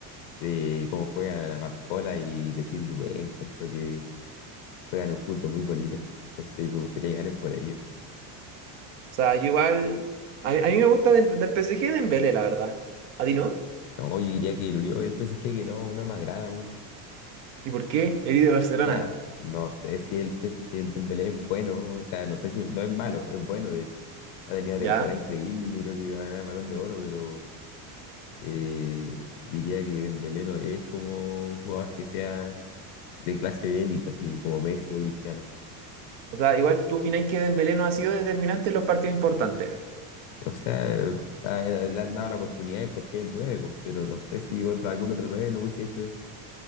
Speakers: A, on the left (about 65°); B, on the right (about 50°).
A: de cómo juega Barcola y decir Dué. Encuentro que juegan un fútbol muy bonito. Entonces me gustaría que ganen por ello.
B: O sea, yo igual, a, mí a mí me gusta de- del PSG Dembélé, la verdad. ¿A ti no?
A: No, yo diría que el Uribe y el PSG que no, no me agrada mucho.
B: ¿Y por qué? El ídolo de Barcelona,
A: O sea, no sé si el, pe- si el Dembélé es bueno, o sea, no sé si no es malo, es bueno de hecho. Ha tenido
B: ¿ya?
A: una temporada increíble y yo creo que iba a ganar el Balón de Oro, pero eh, diría que Dembélé no es como un jugador que sea de clase de élite, así como Messi o Cristiano.
B: O sea, igual tú opináis que Dembélé no ha sido determinante en los partidos importantes.
A: O sea, a- a- le han dado la oportunidad porque es el 9, pues, pero no sé si otro, algún otro 9 no hubiese hecho eso.